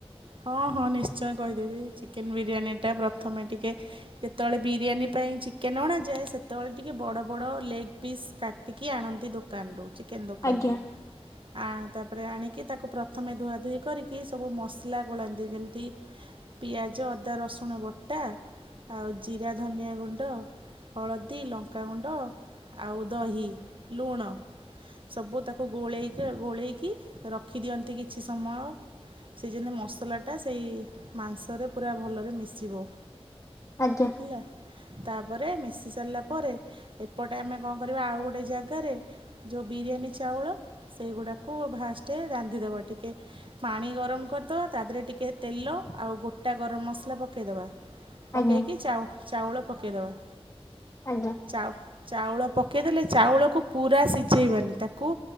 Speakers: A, on the right (about 55°); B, on the left (about 30°).
A: ହଁ ହଁ ନିଶ୍ଚୟ କହିଦେବି ଚିକେନ୍ ବିରିୟାନୀଟା ପ୍ରଥମେ ଟିକେ। ଯେତେବେଳେ ବିରିୟାନୀ ପାଇଁ ଚିକେନ୍ ଅଣାଯାଏ ସେତେବେଳେ ଟିକେ ବଡ଼ ବଡ଼ ଲେଗ୍ ପିସ୍ କାଟିକି ଆଣନ୍ତି ଦୋ କାନ୍ ରୁ ଚିକେନ୍ ଦୋକାନରୁ।
B: ଆଜ୍ଞା
A: ଆଁ ତାପରେ ଆଣିକି ତାକୁ ପ୍ରଥମେ ଧୁଆ ଧୋଇ କରିକି ସବୁ ମସ୍ଲା ଗୋଳାନ୍ତି ଯେମତି। ପିଆଜ ଅଦା ରସୁଣ ବଟା ଆଉ ଜିରା ଧନିଆ ଗୁଣ୍ଡ। ହଳଦୀ ଲଙ୍କାଗୁଣ୍ଡ ଆଉ ଦହି ଲୁଣ। ସବୁ ତାକୁ ଗୋଳେଇକି ଗୋଳେଇକି ରଖିଦିଅନ୍ତି କିଛି ସମୟ। ସେ ଯେନ୍ ମସଲାଟା ସେଇ ମାଂସରେ ପୁରା ଭଲରେ ମିଶିବ।
B: ଆଜ୍ଞା।
A: ଲା ତାପରେ ମିଶି ସାରିଲା ପରେ, ଏପଟେ ଆମେ କଣ କରିବା ଆଉ ଗୋଟେ ଜାଗାରେ ଯୋଉ ବିରିୟାନୀ ଚାଉଳ ସେଇଗୁଡ଼ାକୁ ଭାଷ୍ଟେ ରାନ୍ଧିଦବ ଟିକେ। ପାଣି ଗରମ କର୍ ଦବା। ତା ଧୀରେ ଟିକିଏ ତେଲ ଆଉ ଗୋଟା ଗରମ ମସଲା ପକେଇଦବା।
B: ଆଜ୍ଞା
A: ପକେଇକି ଚାଉ ଚାଉଳ ପକେଇ ଦବା।
B: ଆଜ୍ଞା।
A: ଚାଅ-ଚାଉଳ ପକେଇଦେଲେ ଚାଉଳକୁ ପୁରା ସିଜେଇବାନି ତାକୁ